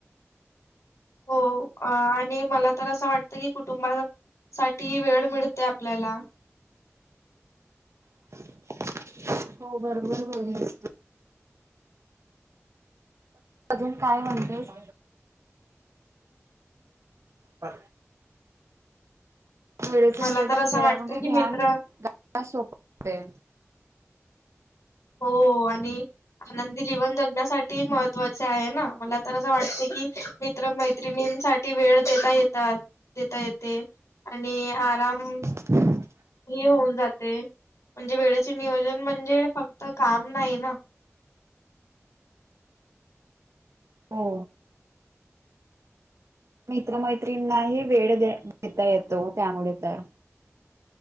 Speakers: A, on the left; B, on the right.
A: हो आणि मला तर असं वाटतं की कुटुंबा साठी वेळ मिळते आपल्याला
B: हो बरोबर हो अजून काय म्हणतेस ह वेळेचे
A: मला
B: नियोजन
A: तर असं
B: केेळल्यामुळे
A: वाटतं
B: ध्यानाण्या
A: की मित्र
B: सोपते
A: हो आणि आनंदी जीवन जगण्यासाठी म महत्वा आहे ना मला तर असं वाटते कि मित्र मैत्रणींसाठी वेळ देता येतात देता येते आणि आराम
B: ह
A: ह होऊन जाते म्हणजे वेळेचे नियोजन म्हणजे फक्त काम नाही ना
B: हो मित्रमैत्रींनाही वेळ देता येतो त्यामुळे तर